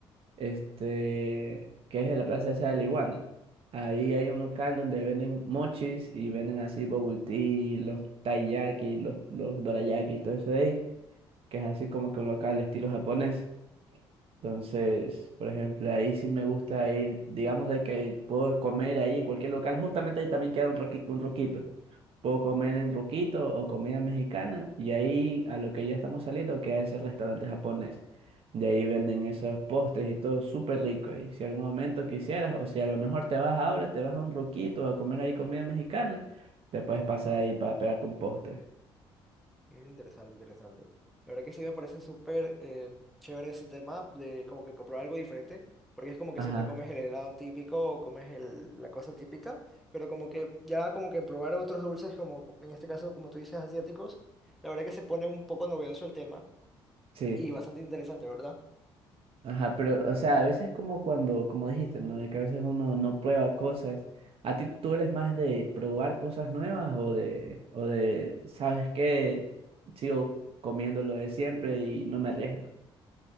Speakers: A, on the right (about 50°); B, in the centre.
A: este, que es en la plaza esa de la Iguana. Ahí
B: Ujú,
A: hay un local
B: Ya.
A: donde venden mochis y venden así bubble tea, los taiyaki, los, los dorayaki, todo eso de ahí, que es así como que un local estilo japonés. Entonces, por ejemplo, ahí sí me gusta ir, digamos de que puedo comer ahí en cualquier local, justamente ahí también queda un roqui- un roquito puedo comer en Ruquito o comida mexicana y ahí a lo que ya estamos saliendo que es el restaurante japonés. De ahí venden esos postres y todo súper rico. Y si algún momento quisieras, o si a lo mejor te vas ahora, te vas a un Ruquito a comer ahí comida mexicana, te puedes pasar ahí para pegarte un postre.
B: Mm, Interesante, interesante. La verdad que sí me parece súper eh, chévere ese tema de como que comprar algo diferente, porque es como que
A: Ajá,
B: siempre comes el helado típico o comes el- la cosa típica, pero como que ya como que probar otros dulces, como en este caso, como tú dices, asiáticos, la verdad que se pone un poco novedoso el tema
A: sí.
B: y bastante interesante, ¿verdad?
A: Ajá, pero, o sea, a veces como cuando, como dijiste, ¿no? De que a veces uno no prueba cosas. ¿A ti tú eres más de probar cosas nuevas o de, o de, ¿sabes qué? Sigo comiendo lo de siempre y no me arriesgo.